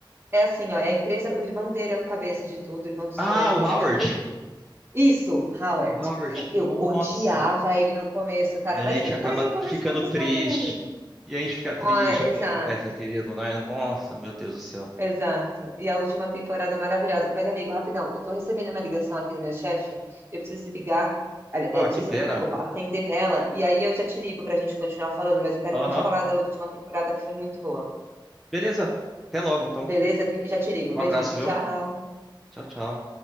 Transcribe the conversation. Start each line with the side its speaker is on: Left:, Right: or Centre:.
Right: É assim, ó, é a empresa, o irmão dele é o cabeça de tudo, o irmão do Sol
Centre: Ah,
Right: é o cabeça
Centre: o Howard!
Right: de tudo. Isso, Howard.
Centre: O Howard,
Right: Eu
Centre: nossa!
Right: odiava ele no começo, cara,
Centre: E a
Right: mas
Centre: gente
Right: depois
Centre: acaba
Right: eu comecei
Centre: ficando
Right: a gostar
Centre: triste.
Right: dele.
Centre: E a gente fica triste
Right: Ó, é,
Centre: quando
Right: Exato.
Centre: acontece aquilo, né? Nossa, meu Deus do céu.
Right: Exato. E a última temporada maravilhosa. Mas, amigo, rapidão, eu tô recebendo uma ligação aqui da minha chefe. Eu preciso ligar, ali-
Centre: Ah,
Right: é, preciso,
Centre: que pena.
Right: desculpa, atender ela. E aí eu já te ligo pra gente continuar falando, mas eu quero
Centre: Aham.
Right: muito falar da última temporada que foi muito boa.
Centre: Beleza. Até logo, então.
Right: Beleza? Já te ligo.
Centre: Um
Right: Beijinho.
Centre: abraço, viu?
Right: Tchau.
Centre: Tchau, tchau.